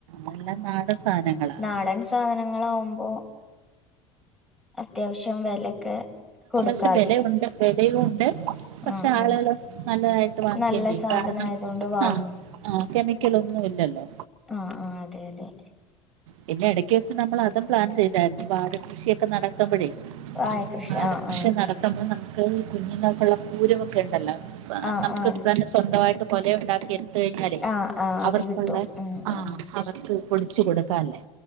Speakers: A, on the right; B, in the centre.
A: അതെല്ലാം നാടൻ സാധനങ്ങളാണ്
B: നാടൻ സാധനങ്ങളാവുമ്പോ അത്യാവശ്യം വെലൊക്കെ കൊടുക്ക്
A: പക്ഷെ വെലയുണ്ട് വെലയുണ്ട് പക്ഷെ
B: ആഹ്
A: ആളുകള്
B: ആഹ്
A: നല്ലതായിട്ട് വാങ്ങിക്കേ
B: നല്ല
A: ചെയ്യും.
B: സാധനായതോണ്ട്
A: കാരണം
B: വാങ്ങും
A: ആഹ് ആകെമിക്കലൊന്നും ഇല്ലല്ലോ.
B: ആഹ് ആഹ് അതെ അതെ
A: പിന്നെ എടക്ക് വെച്ച് നമ്മൾ അതും പ്ലാൻ ചെയ്തായിരുന്നു വാഡ് കൃഷിയൊക്കെ നടക് <unintelligible> വാഴ കൃഷി നടത്തുമ്പഴെ
B: വാഴകൃഷി
A: വാഡ്
B: ആഹ്
A: കൃഷി നടത്തുമ്പം നമുക്ക് കുഞ്ഞുങ്ങൾക്കുള്ള കൂരവൊക്കെ ഉണ്ടല്ലോ പ്പ
B: ആഹ്
A: നമുക്ക്
B: ആഹ് ആഹ്
A: തന്നെ സ്വന്തമായിട്ട് കൊലയുണ്ടാക്കി ട്ട് കഴിഞ്ഞാലേ
B: ആഹ് ആഹ് അത്
A: അവർക്കുള്ള
B: കിട്ടും ഉം
A: ആഹ്
B: ഉം
A: അവർക്ക് പൊടിച്ചു കൊടുക്കാല്ലേ